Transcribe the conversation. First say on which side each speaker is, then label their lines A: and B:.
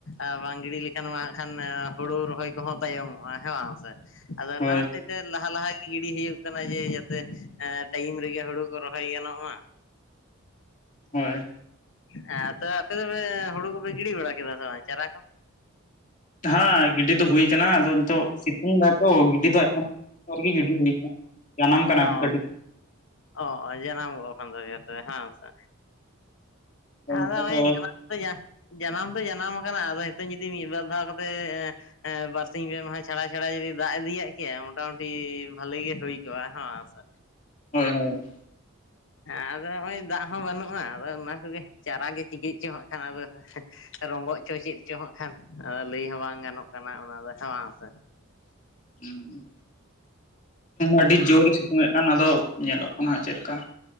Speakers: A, on the left; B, on the left.
A: ᱟᱨ ᱵᱟᱝ ᱜᱤᱰᱤ ᱞᱮᱠᱷᱟᱱ ᱢᱟ ᱦᱟᱸᱜ ᱠᱷᱟᱱ ᱦᱩᱲᱩ ᱨᱚᱦᱚᱭ ᱠᱚᱦᱚᱸ ᱛᱟᱭᱚᱢᱚᱜᱼᱟ ᱦᱮᱸ ᱵᱟᱝ ᱥᱮ ᱟᱫᱚ ᱚᱱᱟ
B: ᱦᱳᱭ
A: ᱦᱚᱛᱮᱡ ᱛᱮ ᱞᱟᱦᱟ ᱞᱟᱦᱟ ᱜᱤᱰᱤ ᱦᱩᱭᱩᱜ ᱠᱟᱱᱟ ᱡᱮ ᱡᱟᱛᱮ ᱮ ᱴᱟᱭᱤᱢ ᱨᱮᱜᱮ ᱦᱩᱲᱩ ᱠᱚ ᱨᱚᱦᱚᱭ ᱜᱟᱱᱚᱜ ᱢᱟ
B: ᱦᱳᱭ
A: ᱦᱮᱸ ᱛᱚ ᱟᱯᱮ ᱫᱚᱯᱮ ᱦᱩᱲᱩ ᱠᱚᱯᱮ ᱜᱤᱰᱤ ᱵᱟᱲᱟ ᱠᱮᱫᱟ ᱥᱮ ᱵᱟᱝ ᱪᱟᱨᱟ ᱠᱚ
B: ᱦᱮᱸ ᱜᱤᱰᱤ ᱫᱚ ᱦᱩᱭ ᱠᱟᱱᱟ ᱟᱫᱚ ᱱᱤᱛᱚᱜ ᱥᱤᱛᱩᱝ ᱫᱟᱛᱚ ᱜᱤᱰᱤ ᱫᱚ <unintelligible> ᱨᱮᱜᱮ ᱜᱤᱰᱤ ᱦᱩᱭ ᱟᱠᱟᱱᱟ ᱡᱟᱱᱟᱢ ᱠᱟᱱᱟ
A: ᱚ
B: ᱠᱟᱹᱴᱤᱡ
A: ᱚ ᱡᱟᱱᱟᱢ ᱜᱚᱜ ᱠᱷᱟᱱ ᱫᱚ ᱡᱚᱛᱚ ᱦᱮᱸ ᱥᱮ ᱟᱫᱚ
B: ᱱᱤᱛᱚᱜ
A: ᱱᱚᱜ-ᱚᱭ
B: ᱫᱚ
A: ᱡᱟᱱᱟᱢ ᱡᱟᱱᱟᱢ ᱫᱚ ᱡᱟᱱᱟᱢ ᱟᱠᱟᱱᱟ ᱟᱫᱚ ᱱᱤᱛᱚᱝ ᱡᱩᱫᱤ ᱢᱤᱫᱵᱟᱨ ᱫᱷᱟᱣ ᱠᱟᱛᱮ ᱮ ᱦᱮᱸ ᱵᱟᱨᱥᱤᱧ ᱯᱮ ᱢᱟᱦᱟ ᱪᱷᱟᱲᱟ ᱪᱷᱟᱲᱟ ᱡᱩᱫᱤ ᱫᱟᱜ ᱤᱫᱤᱭᱟᱜ ᱠᱮᱭᱟ ᱢᱚᱴᱟᱢᱩᱴᱤ ᱵᱷᱟᱞᱤ ᱜᱮ ᱦᱩᱭ ᱠᱚᱜᱼᱟ ᱦᱮᱸ ᱥᱮ
B: ᱦᱳᱭ ᱦᱳᱭ
A: ᱟᱫᱚ ᱱᱚᱜᱼᱚᱭ ᱫᱟᱜ ᱦᱚᱸ ᱵᱟᱹᱱᱩᱜᱼᱟ ᱟᱫᱚ ᱚᱱᱟ ᱠᱚᱜᱮ ᱪᱟᱨᱟ ᱜᱮ ᱪᱤᱠᱟᱹᱜ ᱪᱚ ᱦᱟᱸᱜ ᱠᱷᱟᱱ ᱟᱫᱚ ᱨᱚᱝᱜᱚᱜ-ᱪᱚ ᱪᱮᱫ-ᱪᱚ ᱦᱟᱸᱜ ᱠᱷᱟᱱ ᱞᱟᱹᱭ ᱦᱚᱸ ᱵᱟᱝ ᱜᱟᱱᱚᱜ ᱠᱟᱱᱟ ᱚᱱᱟ ᱫᱚ ᱦᱮᱸ ᱵᱟᱝ ᱥᱮ
B: <unintelligible> ᱟᱹᱰᱤ ᱡᱳᱨ ᱮ ᱮᱫ ᱠᱟᱱ ᱟᱫᱚ ᱧᱮᱞᱚᱜ ᱠᱟᱱᱟ ᱦᱟᱸᱜ ᱪᱮᱫ ᱞᱮᱠᱟ